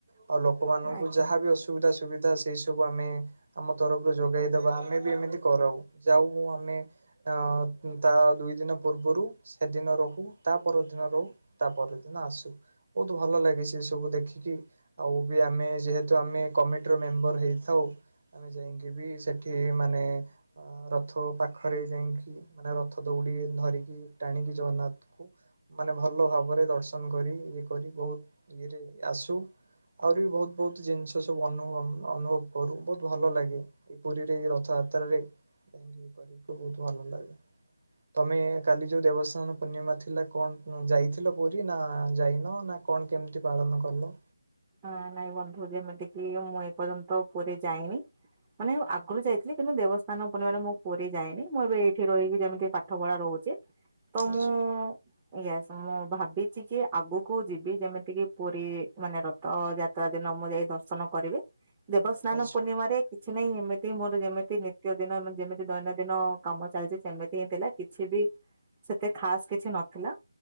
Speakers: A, on the right; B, on the right.
A: ଆଉ ଲୋକମାନଙ୍କୁ
B: ଆଜ୍ଞା
A: ଯାହା ବି ଅସୁ ଯୋଉଟା ସୁବିଧା ସେଇସବୁ ଆମେ ଆମ ତରଫରୁ ଯୋଗେଇଦବା ଆମେ ବି ଏମିତି କରାଉ। ଯାଉ ଆମେ ଅ ତା ଦୁଇ ଦିନ ପୂର୍ବରୁ ସେଦିନ ରହୁ। ତା ପରଦିନ ରହୁ। ତା ପର ଦିନ ଆସୁ। ବୋହୁତ୍ ଭଲ ଲାଗେ ସେ ସବୁ ଦେଖିକି। ଆଉ ବି ଆମେ ଯେହେତୁ ଆମେ କମିଟିର ମେମ୍ବର ହେଇଥାଉ। ଆମେ ଯାଇଙ୍କି ବି ସେଠି ମାନେ ରଥ ପାଖରେ ଯାଇଙ୍କି ମାନେ ରଥ ଦୌଡ଼ିି ଧରିକି, ଟାଣିକି ଜଗନ୍ନାଥଙ୍କୁ ମାନେ ଭଲ ଭାବରେ ଦର୍ଶନ କରି, ଇଏ କରି ବୋହୁତ୍ ଇଏରେ ଆସୁ। ଆହୁରି ବି ବୋହୁତ୍, ବୋହୁତ୍ ଜିନ୍ସ ସବୁ ଅନୁ ଅନୁଭବ କରୁ ବୋହୁତ୍ ବଢ଼ିଆ ଭଲ ଲାଗେ। ସେଇ ପୁରୀରେ ରଥଯାତ୍ରାରେ ଯାଇକି <unintelligible> ବୋହୁତ୍ ଭଲ ଲାଗେ। ତମେ କାଲି ଯୋଉ ଦେବସ୍ନାନ ପୂର୍ଣ୍ଣିମା ଥିଲା କଣ ଯାଇଥିଲ କ କି ନା ଯାଇନ ନା କଣ କେମିତି ପାଳନ କଲ?
B: ଆ ନାଇଁ ବନ୍ଧୁ ଯେମିତି କିି ମୁଁ ଏପର୍ଯ୍ୟନ୍ତ ପୁରୀ ଯାଇନି। ମାନେ ଆଗରୁ ଯାଇଥିଲି, କିନ୍ତୁ ଦେବସ୍ଥାନ ପୁର୍ଣିମା ରେ ମୁଁ ପୁରୀ ଯାଇନି। ମୁଁ ଏବେ ଏଇଠି ରହିକି ଯେମିତି ପା ପାଠ ପଢା ରହୁଚି। ତ
A: ଆଚ୍ଛା।
B: ମୁଁ ଇଏସ୍ ମୁଁ ଭାବିଚି କି ଆଗକୁ ଯିବି ଯେମିତି କି ପୁରୀ ମାନେ ର ଥ ଯାତ୍ରା ଦିନ ମୁଁ ଯାଇ ଦର୍ଶନ କରିବି। ଦେବସ୍ନାନ
A: ଆଚ୍ଛା
B: ପୂର୍ଣ୍ଣିମାରେ କିଛି ନାହିଁ, ଏମିତି ମୋର ଯେମିତି ନିତ୍ୟ ଦିନ, ଯେମିତି ଦୈନନ୍ଦିନ କାମ ଚାଲିଚି ସେମିତି ହିଁ ଥିଲା। କିଛି ବି ସେତେ ଖାସ୍ କିଛି ନଥିଲା।